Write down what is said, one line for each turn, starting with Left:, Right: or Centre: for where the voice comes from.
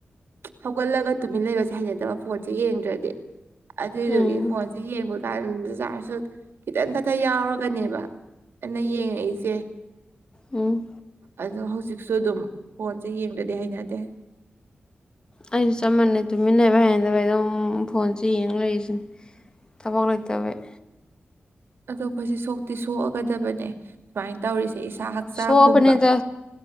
Right: ꯍꯧꯒꯠꯂꯒ ꯇꯨꯃꯤꯟ ꯂꯩꯕꯁꯦ ꯍꯩꯅꯗꯕ ꯐꯣꯟꯁꯦ ꯌꯦꯡꯗ꯭ꯔꯗꯤ ꯑꯗꯨꯏꯗꯨꯒꯤ
Left: ꯎꯝ
Right: ꯐꯣꯟꯁꯤꯦ ꯌꯦꯡꯕ ꯀ ꯖꯥꯔꯁꯨ ꯈꯤꯇꯪ ꯐꯇ ꯌꯥꯎꯔꯒꯅꯦꯕ ꯑꯩ ꯌꯦꯡꯉꯛꯏꯁꯦ
Left: ꯎꯝ
Right: ꯑꯗꯣ ꯍꯧꯖꯤꯛ ꯨ ꯑꯗꯨꯝ ꯐꯣꯟꯁꯦ ꯌꯦꯡꯗꯗꯤ ꯍꯩꯅꯗꯦ
Left: ꯑꯩꯁꯨ ꯆꯞ ꯃꯥꯟꯅꯩ ꯇꯨꯃꯤꯟꯅꯩꯕ ꯍꯥꯏꯗꯕ ꯑꯩ ꯑꯗꯨꯝ ꯐꯣꯟꯁꯦ ꯌꯦꯡꯉ ꯂꯩꯔꯤꯁꯤꯅꯦ ꯊꯕꯛ ꯂꯩꯇꯕꯩ
Right: ꯑꯗꯣ ꯑꯩꯈꯣꯏꯁꯦ ꯁꯣꯛꯇꯤ ꯁꯣꯛꯑꯒꯗꯕꯅꯦ ꯁꯨꯃꯥꯏꯅ ꯇꯧꯔꯤꯁꯦ ꯏꯁꯥ ꯍꯛꯆꯥꯡ
Left: ꯁꯣꯄꯅꯤꯗ
Right: ꯄꯨꯝꯕ